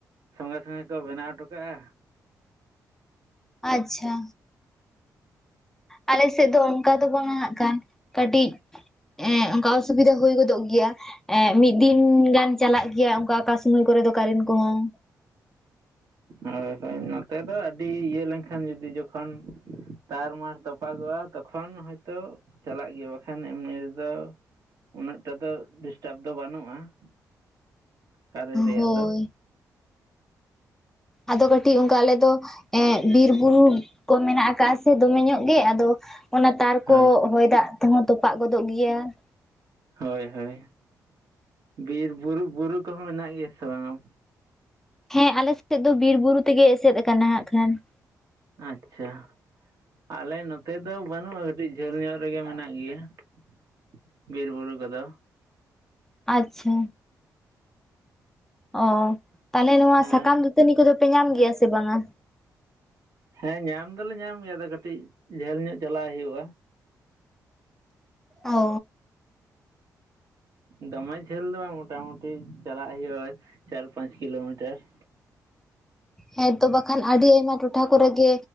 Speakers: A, on the right (about 60°); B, in the centre.
A: ᱥᱚᱝᱜᱮ ᱥᱚᱝᱜᱮ ᱠᱚ ᱵᱮᱱᱟᱣ ᱦᱚᱴᱚ ᱠᱟᱜᱼᱟ᱾
B: ᱟᱪᱪᱷᱟ᱾ ᱟᱞᱮ ᱥᱮᱫ ᱫᱚ ᱚᱱᱠᱟ ᱫᱚ ᱵᱟᱝᱟ ᱦᱟᱸᱜ ᱠᱷᱟᱱ ᱠᱟᱹᱴᱤᱡ ᱮᱸ ᱚᱱᱠᱟ ᱚᱥᱩᱵᱤᱫᱷᱟ ᱦᱩᱭ ᱜᱚᱫᱚᱜ ᱜᱮᱭᱟ ᱾ ᱮᱸ ᱢᱤᱫ ᱫᱤᱱ ᱜᱟᱱ ᱪᱟᱞᱟᱜ ᱜᱮᱭᱟ ᱚᱝᱠᱟ ᱟᱠᱟ ᱥᱩᱢᱚᱭ ᱠᱚᱨᱮ ᱫᱚ ᱠᱟᱨᱤᱱ ᱠᱚᱦᱚᱸ ᱾
A: ᱦᱳᱭ ᱦᱳᱭ ᱱᱚᱛᱮ ᱫᱚ ᱟᱹᱰᱤ ᱤᱭᱟᱹ ᱞᱮᱝᱠᱷᱟᱱ ᱡᱩᱫᱤ ᱡᱚᱠᱷᱚᱱ ᱛᱟᱨᱢᱟᱨ ᱛᱚᱯᱟᱜᱚᱜᱼᱟ ᱛᱚᱠᱷᱚᱱ ᱦᱚᱭ ᱛᱚ ᱪᱟᱞᱟᱜ ᱜᱮᱭᱟ ᱵᱟᱠᱷᱟᱱ ᱮᱢᱱᱤ ᱨᱮᱫᱚ ᱩᱱᱟᱹᱜ ᱴᱟ ᱫᱚ ᱰᱤᱥᱴᱟᱯ ᱫᱚ ᱵᱟᱹᱱᱩᱜᱼᱟ ᱾ ᱠᱟᱨᱮᱱ ᱨᱮᱭᱟᱜ
B: ᱦᱳᱭ
A: ᱫᱚ ᱾
B: ᱟᱫᱚ ᱠᱟᱹᱴᱤᱡ ᱚᱝᱠᱟ ᱟᱞᱮ ᱫᱚ ᱮ ᱵᱤᱨ ᱵᱩᱨᱩ ᱠᱚ ᱢᱮᱱᱟᱜ ᱟᱠᱟᱜᱼᱟ ᱥᱮ ᱫᱚᱢᱮ ᱧᱚᱜ ᱜᱮ, ᱟᱫᱚ ᱚᱱᱟ ᱛᱟᱨ
A: ᱦᱳᱭ
B: ᱠᱚ ᱦᱚᱭ ᱫᱟᱜ ᱛᱮᱦᱚᱸ ᱛᱚᱯᱟᱜ ᱜᱚᱫᱚᱜ ᱜᱮᱭᱟ ᱾
A: ᱦᱳᱭ ᱦᱳᱭ ᱵᱤᱨ ᱵᱩᱨᱩ ᱵᱩᱨᱩ ᱠᱚᱦᱚᱸ ᱢᱮᱱᱟᱜ ᱜᱮᱭᱟ ᱥᱮ ᱵᱟᱝᱼᱟ?
B: ᱦᱮᱸ ᱟᱞᱮᱥᱮᱫ ᱫᱚ ᱵᱤᱨ ᱵᱩᱨᱩ ᱛᱮᱜᱮ ᱮᱥᱮᱫ ᱟᱠᱟᱱᱟ ᱦᱟᱸᱜ ᱠᱷᱟᱱ ᱾
A: ᱟᱪᱪᱷᱟ, ᱟᱞᱮ ᱱᱚᱛᱮ ᱫᱚ ᱵᱟᱹᱱᱩᱜᱼᱟ ᱠᱟᱹᱴᱤᱡ ᱡᱷᱟᱹᱞ ᱧᱚᱜ ᱨᱮᱜᱮ ᱢᱮᱱᱟᱜ ᱜᱮᱭᱟ ᱾ ᱵᱤᱨᱵᱩᱨᱩ ᱠᱚ ᱫᱚ ᱾
B: ᱟᱪᱪᱷᱟ᱾ ᱚ, ᱛᱟᱦᱚᱞᱮ ᱱᱚᱣᱟ
A: ᱟᱫᱚ
B: ᱥᱟᱠᱟᱢ ᱫᱟᱹᱛᱟᱹᱱᱤ ᱠᱚ ᱫᱚ ᱯᱮ ᱧᱟᱢ ᱜᱮᱭᱟ ᱥᱮ ᱵᱟᱝᱟ?
A: ᱦᱮᱸ ᱧᱟᱢ ᱫᱚᱞᱮ ᱧᱟᱢ ᱜᱮᱭᱟ, ᱟᱫᱚ ᱠᱟᱹᱴᱤᱡ ᱡᱷᱟᱹᱞ ᱧᱚᱜ ᱪᱟᱞᱟᱜ ᱦᱩᱭᱩᱜᱼᱟ᱾
B: ᱚ ᱾
A: ᱫᱚᱢᱮ ᱡᱷᱟᱹᱞ ᱫᱚ ᱵᱟᱝ ᱢᱚᱴᱟᱢᱩᱴᱤ ᱪᱟᱞᱟᱜ ᱦᱩᱭᱩᱜᱼᱟ ᱪᱟᱨ ᱯᱟᱸᱪ ᱠᱤᱞᱳᱢᱤᱴᱟᱨ ᱾
B: ᱦᱮᱸ ᱛᱚ ᱵᱟᱠᱷᱟᱱ ᱟᱹᱰᱤ ᱟᱭᱢᱟ ᱴᱚᱴᱷᱟ ᱠᱚᱨᱮ ᱜᱮ